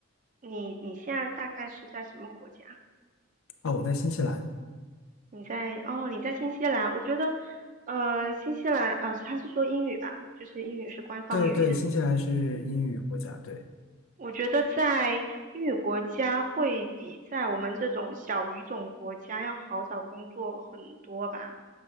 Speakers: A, on the right; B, on the left.
A: 你你现在大概是在什么国家？
B: 哦，我在新西兰，
A: 你在哦，你在新西兰。我觉得，呃，新西兰，呃，他是说英语吧，就是英语是官方语言。
B: 对对，新西兰是英语国家，对。
A: 我觉得在英语国家会比在我们这种小语种国家要好找工作很多吧。